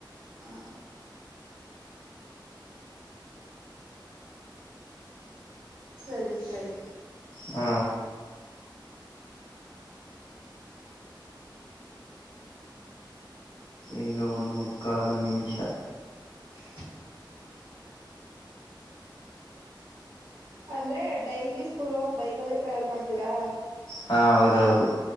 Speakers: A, on the right (about 75°); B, on the left (about 70°).
A: ಹಾ ಸರಿ ಸರಿ
B: ಹಾ ಈಗ ಒಂದು ಮುಕ್ಕಾಲು ನಿಮಿಷ
A: <inaudible> ಅಂದ್ರೆ ಡೈಲಿ ಸ್ಕೂಲ್ ಬೈಕಲ್ಲೇ ಟ್ರಾವೆಲ್ ಮಾಡ್ತೀರಾ
B: ಹಾ ಹೌದೌದು